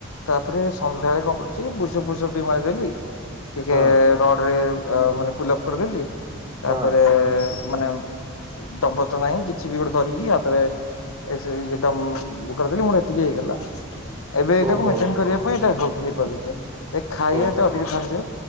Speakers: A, on the left; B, on the right.
A: ତାପରେ ସ ତାପରେ କଣ କରୁଛି ବୁଷ ଫୁସ ଟିକେ ମାରିଦେଲି ଟିକେ
B: ହଁ
A: ରଡରେ ଅ ମାନେ ପୁଲପ କରିଦେଲି ତାପରେ
B: ହଁ
A: ମାନେ ଦମ୍ପତ ନାହିଁ କିଛି କିଛି ବି ଗୋଟେ ଧରିକି ହରେଦ ହାତରେ <unintelligible> ଏତିକି ହେଇଗଲା। ଏବେ ଏଇଟାକୁ
B: ହଁ
A: ମେଣ୍ଟେନ
B: ଓହୋ
A: କରିବା ପାଇଁ ଏଇଟା ହଉ ହେଇପାରୁଛି ଏ ଖାଇବାଟେ
B: ଓହୋ
A: ଅଧିକ ଛାଡିଦିଅ।